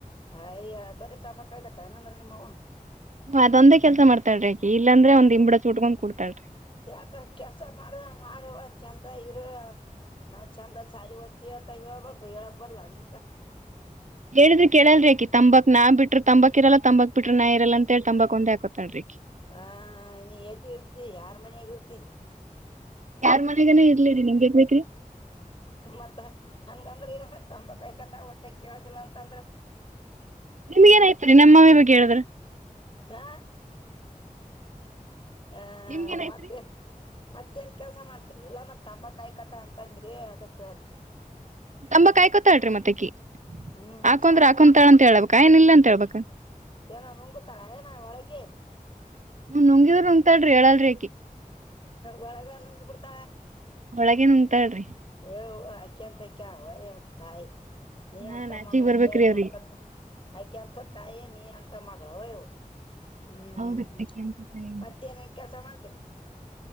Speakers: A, on the left; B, on the right.
A: ಹಯ ಬರಿೀ ತಂಬ ಕಾಯಕತ್ತ ಇಏನಂದ್ರ ನಿಮ್ಮ
B: ಹ್ಮ ಅದೊಂದೇ ಕೆಲ್ಸ ಮಾಡ್ತಾಳ್ರಿ ಆಕಿ ಇಲ್ಲಾಂದ್ರೆ
A: ಮತ್ತ
B: ಒಂದ್ ಇಂಬಡ ಚುಟ್ಕೊಂಡ್ ಕೂಡ್ತಾಳ್ರಿ.
A: ಯಾಕ ಕೆಲ್ಸ ಮಾಡುವ ಮಾಡುವ ಚಂದ ಅ ಇರುವ ನಾವ್ ಚಂದ ಸಾರಿ ್ತಿೀ ಅಂತ ಹೇಳ್ಬೇಕು ಹೇಳಕ್ ಬರ್ಲ್ಲಾ ನಿನ್ಗ
B: ಹೇಳಿದ್ರ ಕೇಳಲ್ರಿೀಿ ತಂಬಾಕ್ ನಾ ಬಿಟ್ಟರು ತಂಬಾಕ್ ಇರಲ್ಲಾ ತಂಬಾಕ್ ಬಿಟರು ನಾ ಇರಲ್ಲ ಅಂತ ಹೇಳಿ ತಂಬಾಕ್ ಒಂದೇಾಕೋತಾಳರಿೀಿ
A: ಹಾ ನೀ ಎಡ್ ಇರ್ತ ಯಾರ್ ಮನಯಾಗ ಇರ್ತರಿ
B: ಯಾರ್ ಮನಗನ ಇರ್ಲಿರಿ ನಿಮ್ಗೆೇಬೇಕ್ರಿ
A: ಮತ್ತ ಹಂಗಂದ್ರೆ ತಂಬಕಾಯಿ ಕತ ಹೊಟ್ಟೆ ಕೇಳದಿಲ್ಲ ಅಂತಂದ್ರ
B: ನಿಮ್ಗ ಏನಾಯಯ್ತರಿ ನಮ್ಮಮ್ಮಿ ಬಗ್ಗೆ ಹೇಳಿದ್ರ
A: ಹಾ ಹ
B: ನಿಮ್ಗ್ ಏನ್ ಆಯ್ತ್ರಿ.
A: ಮತ್ತೆ ಮತ್ತೇಏನ್ ಕೆಲ್ಸ ಮಾಡ್ತ್ರಿ ಇಲ್ಲ ಮತ್ ತಂಬಾಕಯ್ಕತ ಅಂತಂದ್ರಿ ಅದಕ್ಕೆ
B: ತಂಬ ಕಾಯಿ ಕೊತಾಳ್ರಿ ಮತ್ತಕ
A: ಹ್ಮ್
B: ಹಾಕಂದ್ರ
A: ಆಯ್ಕೊಂಡ್
B: ಹಾಕೊಂತಾಳ ಅಂತ ಹೇಳಳ್ಬೇಕ ಏನ ಇಿಲ್ಲ ಅಂತ ಹೇಳ್ಬಬೇಕ
A: ಏನೋ ನನ್ ಗೂತಾಳಏನ ಒಳಗೆ
B: ಹ್ಮ ನುಂಗಿದ್ರ ನಂಗತಲ್ರಿ ಹೇಳಲ್ರಿ ಕಿ
A: ಒಳಗ ನುಂಗಿ ಬಿಡ್ತ
B: ಒಳಗ ನಂಂತಾಳ್ರಿ
A: ಹವ ಆ ಕಂತ ಕ ಹತಾಯ ನೀ
B: ಹಾ
A: ಎಂತ
B: ನಾಚಿಕ್
A: ಮಗಳಿದಿ
B: ಬರ್ಬೇಕ್ರಿ
A: ಆಯ್ಕಂತ
B: ಅವ್ರಿಗೆ.
A: ಆಯ್ಕಂತ ತಾಯೇ ನೀ ಅಂತ ಮಳ ಯ್ ಹ್ಮ್
B: ಹೌದು ಅಕಿ ಅನ್ಸುತ್ತೆ ಇಲ್ರಿ
A: ಮತ್ತ ನೇನ್ ಕೆಲಸ ಮಾಡ್ತರಿ <inaudible>